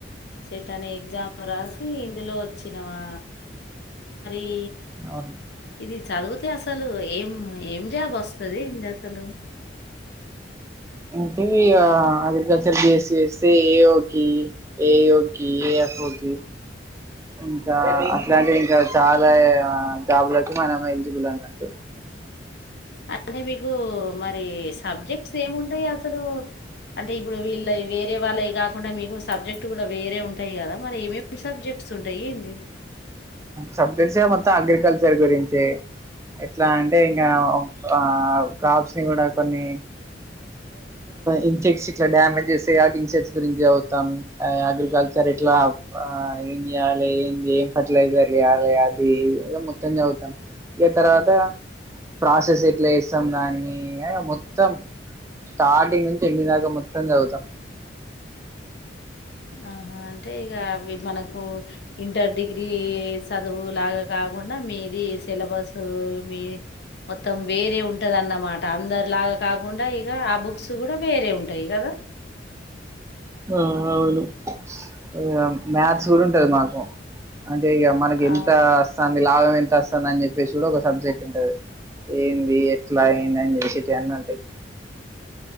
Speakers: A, on the left; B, on the right.
A: సెట్ అనే ఎగ్జామ్ రాసి ఇందులో ఒచ్చినవా ఈ
B: అవును
A: ఇది చదివితే అసలు ఏం ఏం జాబ్ అస్తది ఏంది అసలు
B: అంటే ఇగ అగ్రికల్చర్ బీఎస్సీ చేస్తే ఏ ఓకి ఏ ఈ ఓకి ఏ ఎఫ్ ఓ ఓకి ఇంకా అట్లాంటివి ఇంకా చాలా జాబ్ లకి మనము ఎలిజిబుల్ అన్నట్టు
A: అంటే మీకు మరి సబ్జెక్ట్స్ ఏముంటయ్ అసలు అంటే ఇప్పుడు వీళ్ళయ్ వేరే వాళ్ళయ్ కాకుండా మీకు సబ్జెక్ట్ కూడా వేరే ఉంటాయి కదా మరి ఏమేమి సబ్జెక్ట్ స్ ఉంటాయ్ ఏంది
B: సబ్జెక్ట్స్ఏ మొత్తం అగ్రికల్చర్ గురించే ఎట్లా అంటే ఇంకా ఆ క్రాప్స్ ని కూడా కొన్ని ఇన్సెక్ట్స్ ఇట్లా డ్యామేజ్ చేస్తాయి కాబట్టి ఇన్సెక్ట్స్ గురించి చదువుతాం అగ్రికల్చర్ చర్ ఇట్లా ఆ ఏం చేయాలి ఏంది ఏం ఫెర్టిలైజర్లు అది ఇగ మొత్తం చదువుతాం ఇగ తర్వాత ప్రాసెస్ ఎట్లా చేస్తాం దాన్ని మొత్తం స్టార్టింగ్ నుంచి ఎండ్ దాకా మొత్తం చదువుతాం
A: ఆహా అంటే ఇగ అవి మనకు ఇంటర్ డిగ్రీ చదువు లాగా కాకుండా మీది సిలబసు మీ మొత్తం వేరే ఉంటదన్నమాట అందరిలాగా కాకుండా ఇగ ఆ బుక్స్ కూడా వేరే ఉంటాయి కదా
B: హ్మ్ అవును ఇగ మాథ్స్ కూడా ఉంటది మాకు అంటే ఇగ మనకి
A: ఆ!
B: ఎంత అస్తంది లాభం ఎంత అస్తాంది అని చెప్పేసి కూడా ఒక సబ్జెక్ట్ ఉంటది ఏంది ఎట్లా అయింది అని చేసేటీ అన్నీ ఉంటయ్